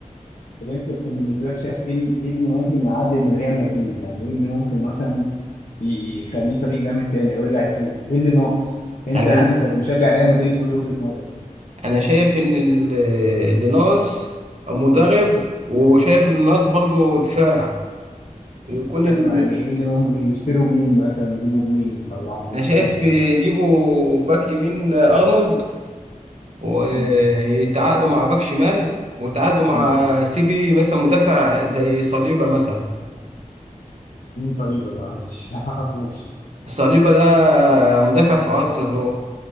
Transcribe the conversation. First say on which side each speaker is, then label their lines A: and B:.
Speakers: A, on the left; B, on the right.
A: طب انت أنت بالنسبه لك شايف ايه ال- ايه اللي ممكن يعدي من ريال مدريد يعني ايه اللي ممكن مثلا ي- يخليه فريق جامد تاني او يرجع يفوق ايه اللي ناقص انت
B: أنا
A: يعني كمشجع ريال مدريد قول لي وجهه نظرك
B: أنا شايف إن ال- اللي ناقص مدرب
A: مم.
B: وشايف اللي ناقص برضه دفاع يكون
A: حلو
B: ال...
A: يعني ايه اللي ممكن يشتروا مين مثلا يجيبوا مين يطلعوا مين
B: أنا شايف
A: كده يعني
B: يجيبوا باك يمين أرنولد ويتعاقدوا
A: مم.
B: مع باك شمال ويتعاقدوا مع
A: مم.
B: سيبي مثلا مدافع زي صليبة مثلا
A: مين صليبه ده معلش <laughs> ما اعرفوش
B: صليبة ده مدافع في أرسنال هو